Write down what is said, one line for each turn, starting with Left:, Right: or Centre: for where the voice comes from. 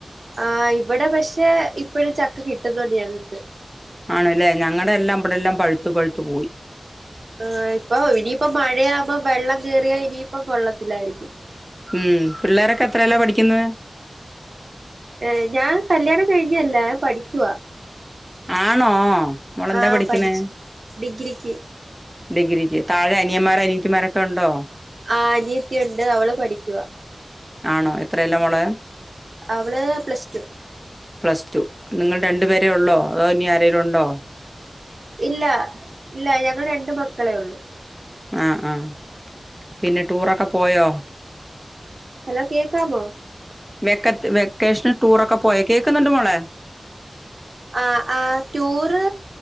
Right: ആഹ് ഇവിടെ പക്ഷെ ഇപ്പഴും ചക്ക കിട്ടുന്നുണ്ട് ഞങ്ങൾക്ക്.
Centre: ആണല്ലേ ഞങ്ങടെ എല്ലാം ഇവിടെല്ലാം പഴുത്ത് പഴുത്തു പോയി.
Right: ആഹ് ഇപ്പൊ ഇനിയിപ്പൊ മഴയാവുമ്പോ വെള്ളം കേറിയാ ഇനിയിപ്പം കൊള്ളത്തില്ലായിരിക്കും.
Centre: ഉംഹ് പിള്ളേരൊക്കെ എത്രാല പഠിക്കുന്നത്?
Right: ഏഹ് ഞാൻ കല്യാണം കഴിഞ്ഞല്ല. ഞാൻ പഠിക്കുവ.
Centre: ആണോ? മോളെന്താ
Right: ആഹ്
Centre: പഠിക്ക്ണേ?
Right: പഠിച്ചു ഡിഗ്രിക്ക്
Centre: ഡിഗ്രിക്ക്. താഴെ അനിയന്മാര് അനിയത്തിമാരൊക്കെ ഉണ്ടോ?
Right: ആ അനിയത്തി ഉണ്ട് അവൾ പഠിക്കുവാ.
Centre: ആണോ എത്രേലാ മോളേ?
Right: അവൾ പ്ലസ് ടു.
Centre: Plus two. നിങ്ങൾ രണ്ടു പേരേ ഉള്ളോ? അതോ ഇനി ആരേലും ഉണ്ടോ?
Right: ഇല്ല ഇല്ല ഞങ്ങൾ രണ്ട് മക്കളെ ഉള്ളു.
Centre: ആഹ് ആഹ്. പിന്നെ ടൂറൊക്കെ പോയോ?
Right: ഹലോ കേക്കാമോ?
Centre: വെക്കത്ത് വെക്കേഷന് ടൂറൊക്കെ പോയോ കേക്കുന്നുണ്ട് മോളെ.
Right: ആഹ് ആഹ് ടൂറ്.